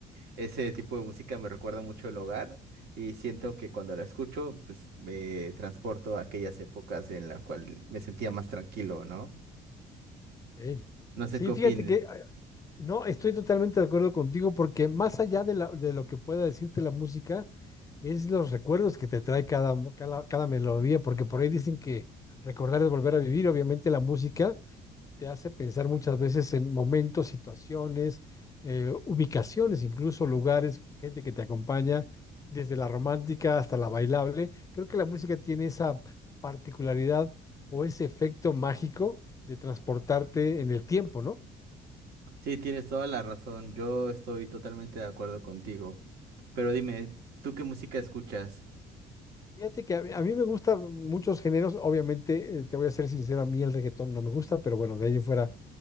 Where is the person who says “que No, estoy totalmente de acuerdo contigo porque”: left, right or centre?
Left